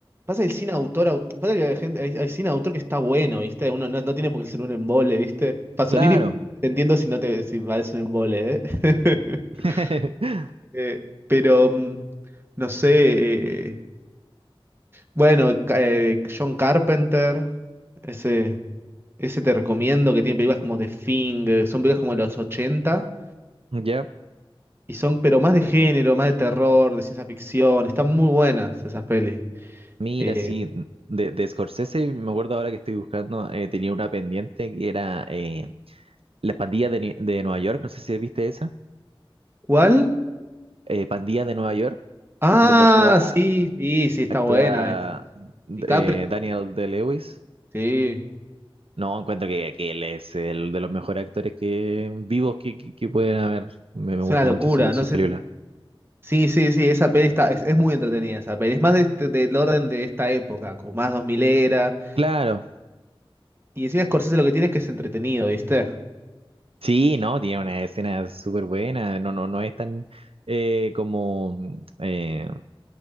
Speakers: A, on the right; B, on the right.
A: Pasa el cine autor. au- Pasa que hay, gente, hay, hay cine autor que está bueno, ¿viste? Uno no, no tiene por qué ser un embole, ¿viste? Pasolini,
B: Claro.
A: te entiendo si no te si parece un embole, ¿eh? <laughs>
B: <laughs>
A: Eh, pero, mm, no sé. eh, bueno, ca- eh, John Carpenter. Ese, ese te recomiendo que tiene películas como The Thing. eh, Son películas como de los ochenta
B: Ya.
A: Y son, pero más de género, más de terror, de ciencia ficción. Están muy buenas esas pelis.
B: Mira,
A: Eh,
B: sí, de, de Scorsese, me acuerdo ahora que estoy buscando, eh, tenía una pendiente que era eh, La pandilla de, Ni- de Nueva York, no sé si viste esa,
A: ¿Cuál?
B: eh, Pandilla de Nueva York,
A: Ah,
B: donde actúa,
A: sí, sí, sí, está
B: actúa
A: buena esa. DiCaprio,
B: eh, Daniel De-Lewis.
A: sí,
B: No, encuentro que, que él es el de los mejores actores que vivos que, que, que pueden haber. Me, me
A: es
B: gustan
A: una locura,
B: mucho su- sus
A: no sé.
B: películas.
A: Sí, sí, sí, esa peli está, es, es muy entretenida esa peli. Es más de este- del orden de esta época, como más 2000 era.
B: Claro,
A: Y encima Scorsese lo que tiene es que es entretenido, ¿viste?
B: sí, no, tiene una escena súper buena, no, no, no es tan eh, como mm, eh,